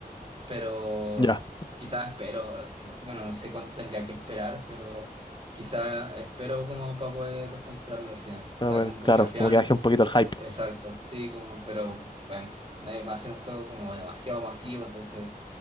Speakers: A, on the right; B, on the left.
A: Pero
B: Ya.
A: quizás espero, no- bueno, no sé cuánto tendría que esperar, pero quizás espero como para poder comprarlo al final. O
B: Pero
A: sea,
B: bueno,
A: como porque
B: claro,
A: al final,
B: como que baje un poquito el hype.
A: exacto, sí, como, pero bueno, eh, va a ser un juego como demasiado masivo, entonces.